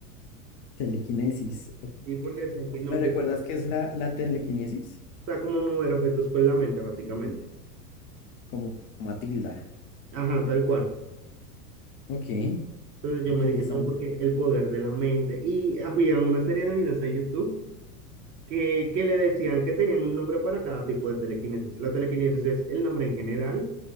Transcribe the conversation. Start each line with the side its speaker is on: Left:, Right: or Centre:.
Left: telequinesis. Ok.
Right: Y porque decían que no,
Left: Me recuerdas
Right: que o
Left: qué es la, la telequinesis?
Right: sea, como mover objetos con la mente, básicamente.
Left: Como Matilda.
Right: Ajá, tal cual.
Left: Ok,
Right: Entonces yo
Left: interesante.
Right: me dije, no, porque el poder de la mente. Y había una serie de videos de YouTube ¿Qué, qué le decían? Que tenían un nombre para cada tipo de telequinesis. La telequinesis es el nombre en general,